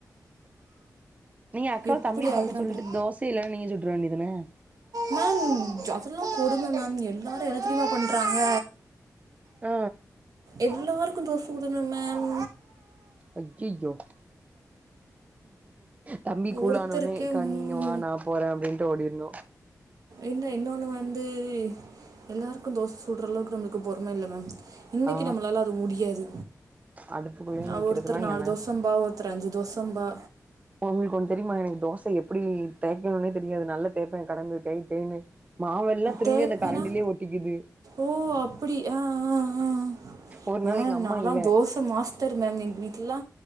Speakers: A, on the right; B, on the right.
A: நீங்க அக்காவ
B: எப்படி
A: தம்பிய பாக்க
B: அழுறான்
A: சொல்லிட்டு
B: பாரு
A: தோசயில்லன்னா நீங்க சுட்ற வேண்டியதுதன்ன
B: மேம் ஜ அதல்லா கொடும மேம் எல்லாரு என்னத்தெரியுமா பண்றாங்க
A: ஆ
B: எல்லாருக்கும் தோச சுடன்னு மேம்
A: ஐய்யோ தம்பி கூல்
B: ஒருத்தருக்கே
A: ஆனோனே அக்கா
B: மூணு
A: நீ இங்க வா நா போற அப்டின்ட்டு ஓடிருணு
B: இல்ல இன்னொன்னு வந்து எல்லாருக்கும் தோச சுடுற அளவுக்கு நம்மளுக்கு பொறும இல்ல மேம் இன்னைக்கி
A: ஆ
B: நம்மளால அது முடியாது
A: அடுப்புக்குள்ளயே
B: ந
A: நிக்கிறதுலா
B: ஒருத்தர் நாலு
A: என்ன
B: தோச திம்பா ஒருத் ரு அஞ்சு தோசம்பா
A: உங்கள்க்கு ஒன்னு தெரியுமா எனக்கு தோச எப்டி தேக்கணுனே தெரியாது நல்ல தேப்பே கடந்து தேய் தேய்னு மாவெல்லா திரும்பி
B: தேய்ப்பேனா
A: அந்த கரண்டிலே ஒட்டிக்கிது
B: ஓ அப்டி அ அ அ
A: ஒரு
B: மேம்
A: நாள் எங்க அம்மா
B: நாலா
A: இல்ல
B: தோச மாஸ்டர் மேம் எங்க வீட்லல்லா